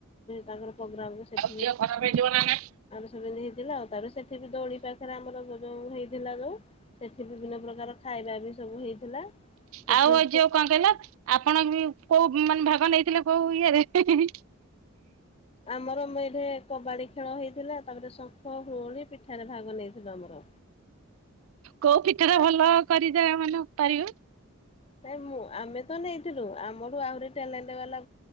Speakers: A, on the left; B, on the right.
A: ତାଙ୍କର ପ୍ରୋଗ୍ରାମ ସେଟ୍
B: ଟ ଖରାପ ହେଇଯିବ ନା।
A: ଦୋଳି ହେଇଥିଲା ଆଉ ତାପରେ ସେଠି ବି ଦୋଳି ପାଖରେ ଆମର ଯୋଉ ହେଇଥିଲା ଯୋଉ ସେଠି ବିଭିନ୍ନ ପ୍ରକାର ଖାଇବା ବି ସବୁ ହେଇଥିଲା। ସେଠି
B: ଆଉ ଆଜି ଆଉ କଣ କହିଲ? ଆପଣ ବି କୋଉ ମାନେ ଭାଗ ନେଇଥିଲେ କୋଉ ଇଏରେ ହିଁ ହିଁ।
A: ଆମର ମେନେ କବାଡି ଖେଳ ହେଇଥିଲା ତାପରେ ଶଙ୍ଖ ହୁଳ ହୁଳି ପିଠାରେ ଭାଗ ନେଇଥିଲୁ ଆମର।
B: କୋଉ ପିଠା ଟା ଭଲ କରିଦେ ମାନେ ପାରିବ?
A: ତ ମୁ ଆମେ ତ ନେଇଥିଲୁ ଆମଠୁ ଆହୁରି ଟ୍ୟାଲେଣ୍ଟ ବାଲା